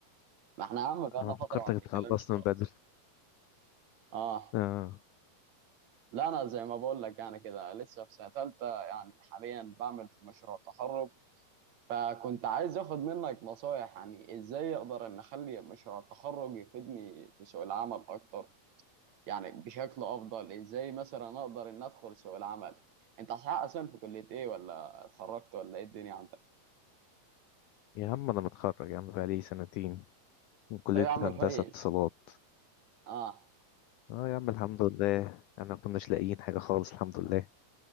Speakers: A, on the right; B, on the left.
A: ما احنا يا عم بقالنا
B: انا
A: فتره
B: فكرتك
A: ما بنتكلمش
B: اتخلصت
A: خالص
B: من بدري
A: اه
B: آه
A: لا انا زي ما بقول لك يعني كده لسه في سنه تالتة يعني حاليا بعمل في مشروع التخرج فكنت عايز اخد منك نصايح يعني ازاي اقدر ان اخلي مشروع التخرج يفيدني في سوق العمل اكتر يعني بشكل افضل ازاي مثلا اقدر ان ادخل سوق العمل انت حقق اصلا في كلية ايه ولا اتخرجت ولا ايه الدنيا عندك
B: يا عم انا متخرج يا عم بقالي سنتين من كلية
A: لا يا عم
B: هندسة
A: كويس
B: اتصالات
A: اه
B: اه يا عم الحمد لله انا كناش لاقيين حاجة خالص الحمد لله